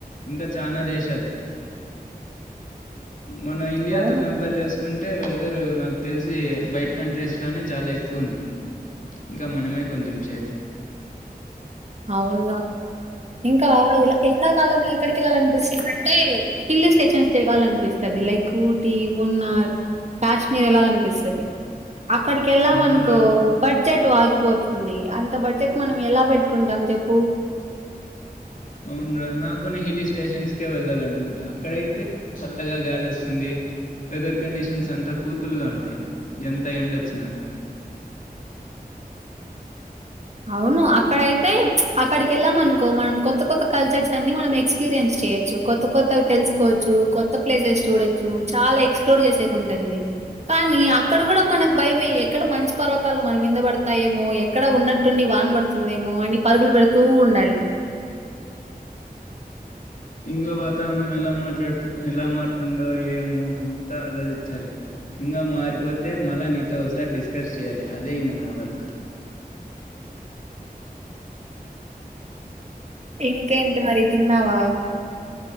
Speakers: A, on the left (about 55°); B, on the right (about 45°).
A: ఇంకా చనా దేశాలు మన ఇండియాతో
B: అవును
A: కంపేర్ చేసుకు తీసుకుంటే వెదరు నాకు తెలిసి బయట కంట్రీస్లోనే చాలా ఎక్కువ ఉంది ఇంకా మనమే కొంచెం సేఫ్
B: అవునుగా ఇంకాలా ఎన్నా కాలంలో ఎక్కడికి వెళ్ళాలనిపిస్తుంది అంటే హిల్ స్టేషన్స్ తిరగాలనిపిస్తుది లైక్ ఊటీ మున్నార్ కాశ్మీర్ వెళ్లాలనిపిస్తుది అక్కడికెళ్లా
A: అవునురా!
B: మనకు బడ్జట్ ఆగిపోతుంది అంత బడ్జెట్ మనం ఎలా పెట్ టాం చెప్పు
A: అవును రా నాకున్న హిల్ స్టేషన్స్కే వెళ్ళాలినుపింది అక్కడైతే చల్లగా గాలి వస్తుంది వెదర్ కండిషన్స్ అంత కూల్గా ఉంటాయి ఎంత ఎండచ్చినా
B: అవును అక్కడ అయితే అక్కడికి వెళ్ళాం అనుకో మనం కొత్త కొత్త కల్చర్స్ అన్ని మనం ఎక్స్పీరియన్స్ చేయొచ్చు కొత్త కొత్తవి తెలుసుకోవచ్చు కొత్త ప్లేసెస్ చూడొచ్చు చాలా ఎక్స్ప్లోర్ చేసేకుంటుంది కానీ అక్కడ కూడా మనకు భయమే ఎక్కడ మంచి పర్వత కు మనం కింద పడతాయేమో ఎక్కడ ఉన్నట్టుండి వాన పడుతుందేమో అని పరుగులు పెడుతూ ఉండాలి
A: ఇంకా వాతావరణం ఎలా మాట్లాడుతు ఎలా మారుతుందో ఏమో అంతా ఆలోచించాలి ఇంకా మారిపోతే మళ్ళ నీతో ఒకసారి డిస్కస్ చేయాలి అదే ఇంక నా వర్క్
B: ఇంకేంటి మరి తిన్నావా